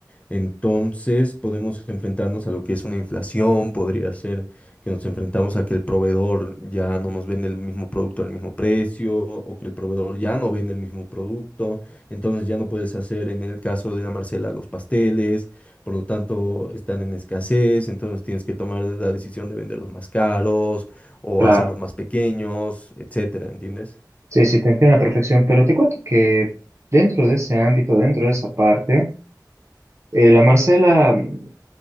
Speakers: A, on the left (about 20°); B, on the right (about 40°).
A: entonces podemos enfrentarnos a lo que es una inflación, podría ser que nos enfrentamos a que el proveedor ya no nos vende el mismo producto al mismo precio o que el proveedor ya no vende el mismo producto, entonces ya no puedes hacer en el caso de la Marcela los pasteles, por lo tanto están en escasez, entonces tienes que tomar la decisión de venderlos más caros o
B: Claro.
A: hacerlos más pequeños, etcétera, ¿entiendes?
B: Sí, sí, te entiendo a la perfección, pero te cuento que dentro de ese ámbito, dentro de esa parte, eh, la Marcela, mm,